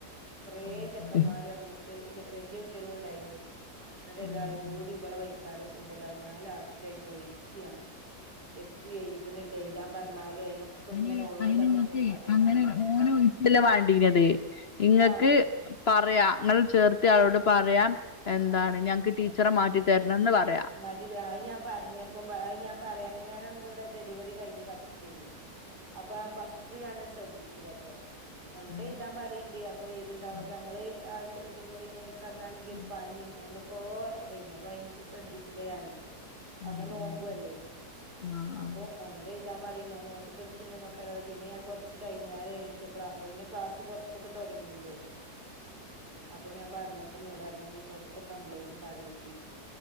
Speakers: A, on the right (about 85°); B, on the left (about 45°).
A: കൊറെ
B: ആഹ്
A: ചെക്കന്മാര്
B: അത് ശരി
A: വന്ന് നിന്ന്ട്ട് ഇല്ല്യ വെല്ല്യകുട്ടിയളും ഉണ്ടയില് ഇന്ന്ട്ടെല്ലാരും
B: ആഹ് ആഹ്
A: കൂടി ഇവളെ വെയ്താലെ കൂടലാ ഞാൻ ലാസ്റ്റയിന്ന് ഒയിച്ച് ഞാന് എത്തും എഴ്ത്ണില്ല എഴുതാ പറ്ഞ്ഞാലും അയിനൊക്ക
B: അയിന്
A: ഇങ്ങനെ ഓളോട്
B: അയിന്
A: തട്ടുത്തരം
B: ഇങ്ങക്ക്
A: പറയല്ലാതെ
B: അങ്ങനെ ഓനെ ഒഴിച്ചല്ലാ വാണ്ടീനത് ഇങ്ങക്ക്
A: ആഹ്
B: അ പറയാ ഇങ്ങളെ ചേർത്ത്യാളോട് പറയാ എന്താണ്
A: ആഹ്
B: ഞങ്ങ്ക്ക് ടീച്ചറെ മാറ്റിത്തരണന്ന് പറയാ
A: മാറ്റിതരാ ആഹ് അയിന് ഞാൻ പറ്ഞ്ഞപ്പം പ അയിന് ഞാൻ പറയാന് ഞാനന്ന് ഇവടെ ഡെലിവറി കഴിഞ്ഞ് കട്ക്കേനി അപ്പ ആഹ് ഫസ്റ്റ് ഞാന് ശ്രദ്ധിച്ചില്ലാട്ടോ
B: ഉം
A: ഓനോടെയ്താപറിയിണ്ട് അപ്പൊ ഏഴുതുണ്ടാവോക്കി
B: ഉം
A: അമ്മള് അത് ഇത് ഡെലിവറി കഴിഞ്ഞ് ക്കന്നാണെങ്കി ഒരു
B: ഉം
A: പനിം എന്തൊക്കോ ഏനി അപ്പ അയ്മക്ക് ശ്രദ്ധിച്ചില്ല ഞാന്
B: ഉം
A: അന്ന്
B: ഉം
A: നോമ്പുവല്ലേ
B: ഉം ആഹ്
A: അപ്പൊ ഓനോട് ഏഴ്താ പറിയിണ്ട് ഓന് നോട്ടുക്ക് ഇടുക്ക്ണ്ട് നോക്കല്ലാതെ പിന്നെ ഞാൻ കൊറച്ച് കഴിഞ്ഞാരെ ഏണിറ്റപ്ലാ അപ്പോതിന് ക്ലാസ്സ് കൊറ്ച്ചൊക്കെ തൊടങ്ങിയില്ലേ അപ്പൊ ഞാൻ പറ്ഞ്ഞപ്പോ ഇന്നോടർഞ്ഞ് ഇഞ്ഞ് ഇങ്ങള് ഇപ്പ കംപ്ലയിന്റ് പറയില്ലി